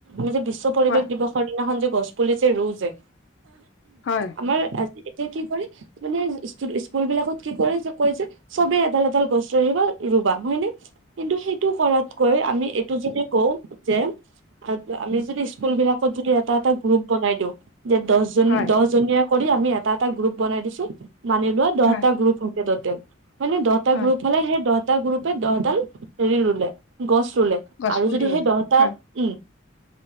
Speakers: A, on the right; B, on the left.
A: নিজে বিশ্ব পৰিৱেশ
B: কোৱা
A: দিৱসৰ দিনাখন যে গছ পুলি যে ৰু যে,
B: হয়,
A: আমাৰ আজি- কি কয়, মানে স্কুলবিলাকত কি কৰে যে কয় যে চবে এডাল এডাল গছ লৈ আহিবা- ৰুবা হয় নে, কিন্তু সেইটো কৰাতকৈ আমি এইটো যে কওঁ যে, আৰু আমি যদি স্কুল বিলাকত যদি এটা এটা গ্ৰুপ বনাই দিওঁ যে দহজন
B: হয়,
A: দহজনীয়া- কৰি আমি এটা এটা গ্ৰুপ বনাই দিছো মানি লোৱা দহটা
B: হয়,
A: গ্ৰুপ হলগে ততেল মানে দহ- দ হটা
B: হয়
A: গ্ৰুপ হ'লে সেই দহটা গ্ৰুপে দহডাল হেৰি ৰুলে গছ ৰুলে।
B: গছ
A: আৰু
B: পুলি
A: যদি
B: ৰুলে
A: সেই দহটা
B: হয়।
A: উম'-